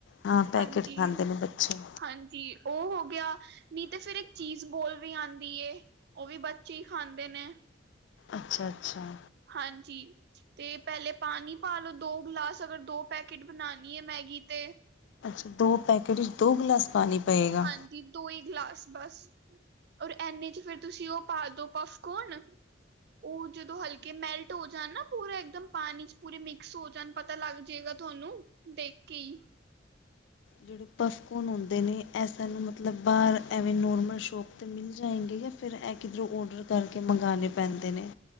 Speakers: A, on the left; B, on the right.
A: ਹਾਂ। ਪੈਕੇਟ
B: ਹਾਂਜੀ
A: ਖਾਂਦੇ ਨੇ ਬੱਚੇ।
B: ਹਾਂਜੀ। ਉਹ ਹੋ ਗਿਆ। ਨਹੀਂ ਤੇ ਫੇਰ, ਇੱਕ ਚੀਜ਼ ਬੋਲ ਵੀ ਆਉਂਦੀ ਏ। ਉਹ ਵੀ, ਬੱਚੇ ਹੀ ਖਾਂਦੇ ਨੇ।
A: ਅੱਛਾ-ਅੱਛਾ।
B: ਹਾਂਜੀ। ਤੇ ਪਹਿਲੇ, ਪਾਣੀ ਪਾ ਲੋ ਦੋ ਗਲਾਸ। ਅਗਰ ਦੋ ਪੈਕੇਟ, ਬਣਾਉਣੀ ਹੈ। ਮੈਗੀ ਤੇ।
A: ਅੱਛਾ। ਦੋ ਪੈਕੇਟ ਵਿੱਚ, ਦੋ ਗਲਾਸ ਪਾਣੀ ਪਏਗਾ।
B: ਹਾਂਜੀ ਦੋ ਹੀ ਗਲਾਸ ਬਸ। ਔਰ ਇਨੇ ਚ ਫੇਰ, ਤੁਸੀਂ ਉਹ ਪਾ ਦੋ ਪਫਕੋਣ। ਉਹ ਜਦੋਂ ਹਲਕੇ ਮੈਲਟ ਹੋ ਜਾਣ ਨਾ, ਪੂਰਾ ਇੱਕਦਮ ਪਾਣੀ'ਚ ਪੂਰੇ ਮਿਕਸ ਹੋ ਜਾਣ ਪਤਾ ਲੱਗ ਜੇਗਾ ਤੁਹਾਨੂੰ, ਦੇਖਕੇ ਹੀ
A: ਜਿਹੜੇ ਪਫਕੋਨ ਹੋਂਦੇ ਨੇ, ਇਹ ਸਾਨੂੰ ਮਤਲਬ ਬਾਹਰ ਐਵੇਂ ਨੋਰਮਲ ਸ਼ੋਪ 'ਤੇ ਮਿਲ ਜਾਏਂਗੇ? ਫਿਰ ਐ ਕਿੱਧਰੋਂ, ਔਡਰ ਕਰਕੇ ਮੰਗਾਣੇ ਪੈਂਦੇ ਨੇ?